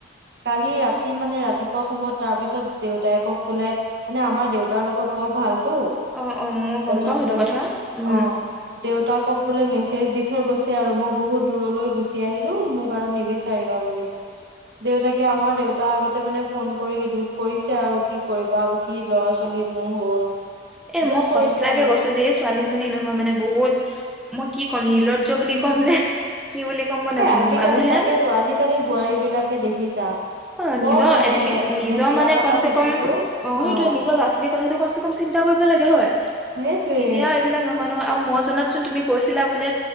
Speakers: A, on the right (about 60°); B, in the centre.
A: কালি ৰাতি মানে ৰাতিপুৱা সময়ত তাৰ পিছত দেউতায়েকক বোলে মানে আমাৰ দেউতাৰ লগত বৰ ভালতো তাৰপিছত
B: অ অ মই গম পাও সেইটো
A: মানে
B: কথা উম
A: অ' দেউতাকক বোলে মেছেজ দি থৈ গৈছে আৰু মই বহুত দূৰলৈ গুচি আহিলোঁ মোক আৰু নিবিচ নিবিচাৰিবা বুলি, দেউতাকে আমাৰ দেউ দেউতাৰ আগতে মানে ফোন কৰি দুখ কৰিছে আৰু কি কৰিবা? কি ল'ৰা-ছোৱালী মোৰ হ'ল।
B: এই
A: দুখ
B: মই
A: কৰিছে
B: সঁচাকে
A: আৰু
B: কৈছোঁ দেই এই ছোৱালীজনী নহয় মানে বহুত মই কি ক'ম নির্লজ্জ নির্লজ্জ বুলি
A: উম,
B: ক'ম নে, কি বুলি মই নাজানোঁ
A: এ আজিকালি
B: মানুহে
A: তাকেতো আজিকালি বোৱাৰী বিলাকে দেখিছা
B: অ',
A: বৰ
B: নিজৰ
A: মানে
B: এট লি‌ নিজৰ
A: বিয়া
B: মানে
A: পাতাৰ
B: কম চে
A: পিছতো
B: কম অ'
A: অ',
B: সেইটোৱে নিজৰ ল'ৰা-ছোৱালী কথাটো কম চে কম চিন্তা কৰিব লাগে হয়।
A: সেইটোৱেই।
B: এতিয়া এইবিলাক নহয় নহয় আৰু মই জনাত চোন তুমি কৈছিলা বোলে